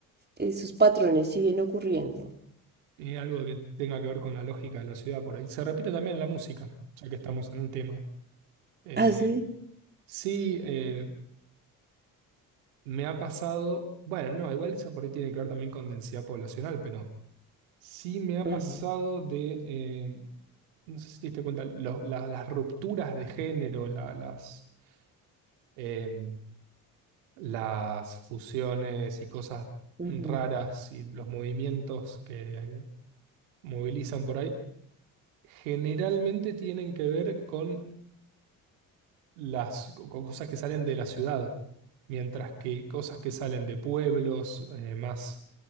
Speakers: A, on the right; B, on the right.
A: esos patrones siguen ocurriendo.
B: Y algo que tenga que ver con la lógica de la ciudad por ahí. Se repite también en la música, ya que estamos en un tema. Eh,
A: ¿Ah, sí?
B: sí. eh, Me ha pasado, bueno, no, igual eso por ahí tiene que ver también con densidad poblacional, pero sí me ha
A: Ujú.
B: pasado de, eh, no sé si te diste cuenta, lo- la- las rupturas de género, la- las, eh, las fusiones y cosas
A: Ujú.
B: raras y los movimientos que eh, movilizan por ahí, generalmente tienen que ver con las con cosas que salen de la ciudad, mientras que cosas que salen de pueblos, eh, más...